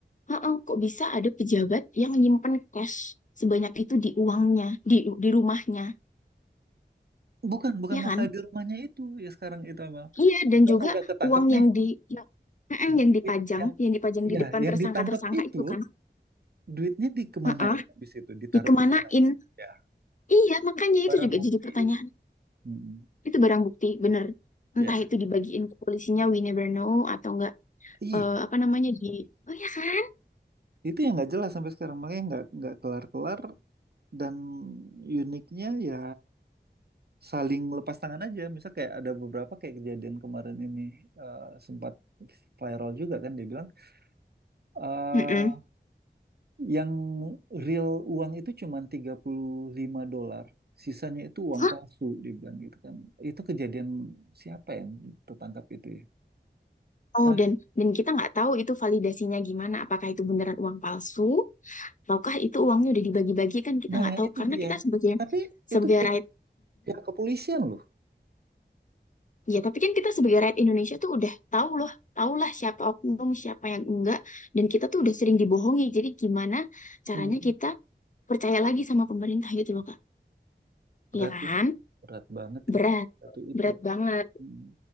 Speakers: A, on the left; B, on the right.
A: Heeh, kok bisa ada pejabat yang nyimpen cash sebanyak itu di uangnya, di di rumahnya,
B: Bukan, bukan
A: ya kan?
B: masalah di rumahnya itu ya sekarang itu Amal.
A: Iya, dan
B: Kan
A: juga
B: udah ketangkep
A: uang
B: nih
A: yang di yang, Mm-mm,
B: duit
A: yang dipajang,
B: yang
A: yang dipajang
B: ya
A: di depan
B: yang
A: tersangka-tersangka
B: ditangkep itu
A: itu kan,
B: duitnya dikemanain
A: heeh,
B: habis itu ditaruh
A: dikemanain?
B: di mana? Ya
A: Iya, makanya
B: barang
A: itu juga
B: bukti
A: jadi pertanyaan.
B: itu. Mm-mm.
A: Itu barang bukti, bener.
B: Ya,
A: Entah itu dibagiin ke polisinya, we never know, atau enggak
B: iya
A: eh, apa namanya di, oh ya kan?
B: itu yang nggak jelas sampai sekarang makanya nggak nggak kelar-kelar dan uniknya ya saling lepas tangan aja. Misal kayak ada beberapa kayak kejadian kemarin ini eh, sempat viral juga kan dia bilang eh,
A: Mm-mm.
B: Yang real uang itu cuma tiga puluh lima dolar, sisanya itu uang
A: Hah?
B: palsu dibilang gitu kan. Itu kejadian siapa yang tertangkap itu ya?
A: Oh,
B: Nah,
A: dan dan kita nggak tahu itu validasinya gimana, apakah itu beneran uang palsu, ataukah itu uangnya udah dibagi-bagi kan kita
B: nah
A: nggak tahu,
B: itu
A: karena
B: dia.
A: kita sebagai
B: Tapi
A: sebagai
B: itu pihak,
A: right,
B: pihak kepolisian loh.
A: Iya, tapi kan kita sebagai rakyat Indonesia tuh udah tahu loh, tahulah siapa oknum, siapa yang enggak, dan kita tuh udah sering dibohongi. Jadi gimana caranya
B: Hmm,
A: kita percaya lagi sama pemerintah gitu loh, Kak?
B: Berat
A: Iya
B: ya,
A: kan?
B: berat banget
A: Berat,
B: itu satu itu.
A: berat banget.
B: Hmm.